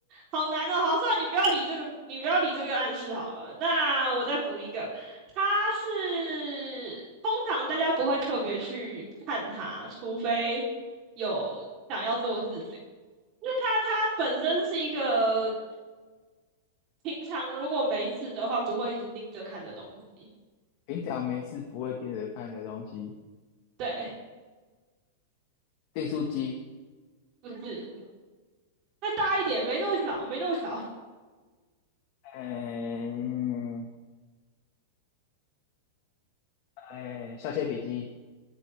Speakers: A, on the right; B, on the left.
A: 好难哦。好，算了，你不要理这个，你不要理这个暗示好了。那我再补一个，它是通常大家不会特别去看它，除非有想要做的事情。就是它，它本身是一个平常如果没事的话不会一直盯着看的东西。
B: 平常没事不会盯着看的东西，
A: 对，
B: 订书机，
A: 不是，再大一点，没那么小，没那么小，
B: 嗯，哎，削铅笔机